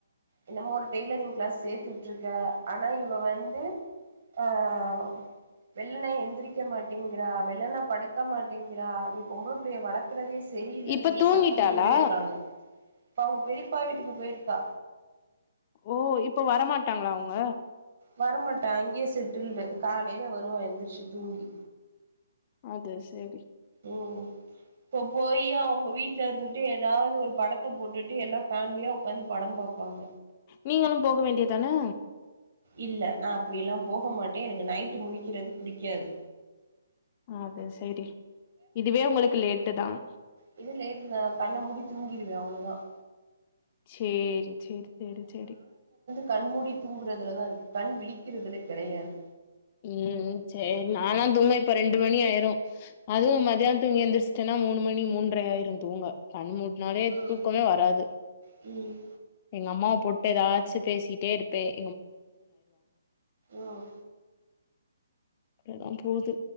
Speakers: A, on the right; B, on the left.
A: என்னமா ஒரு டெய்லரிங் கிளாஸ் சேர்த்து விட்டுருக்க ஆனா இவ வந்து ஆஹ் வெள்ளன எந்திரிக்க மாட்டேங்கிறா வெள்ளண படுக்க மாட்டேங்கிறா நீ பொம்பளை பிள்ளைய வள பிரதேஷ் தெரியில்லன்னு
B: இப்ப
A: சொல்லி
B: தூங்கிட்டாளா
A: சத்தம் போட்டுக்கிட்டே இருக்காங்க இப்ப அவங்க பெரியப்பா வீட்டுக்கு போயிருக்கா
B: ஓ இப்போ வரமாட்டாங்களா அவங்க
A: வரமாட்டேன் அங்கேயே செட்டுல்ண்டு காலையில வருவான் எந்திரிச்சு தூங்கி
B: அது செரி
A: உம் இப்ப போய் அவுங்க வீட்டுல இருந்துட்டு ஏதாவது ஒரு படத்தை போட்டுட்டு எல்லா ஃபேமிலியா உட்காந்து படம் பார்ப்பாங்க
B: நீங்களும் போக வேண்டியதுதானே
A: இல்ல நான் அப்படி எல்லாம் போக மாட்டேன் எனக்கு நைட்டு முழிக்கிறது பிடிக்காது
B: அது சரி இதுவே உங்களுக்கு லேட்டு தான்
A: ஏதுவும் லேட்டு தான் கண்ண மூடி தூங்கிருவேன் அவ்ளோ தான்
B: செரி செரி செரி செரி
A: கண் மூடி தூங்குறதுலதான் இருக்கு கண் விழிக்கிறதுல கிடையாது
B: உம் சரி நானாம் தூங்க இப்ப ரெண்டு மணி ஆயிரும் அதுவும்
A: ம்
B: மதியானம் தூங்கி எழுந்திரசுட்டேன்னாக் மூணு மணி மூன்று இரண்ரையாடும் தூங்க நிறைய
A: ம்
B: தூக்கமே வராது
A: ம்
B: எங்க அம்மாவை போட்டு ஏதாச்சு பேசிட்டே இருப்பேன்
A: ம்
B: இப்டிதா போது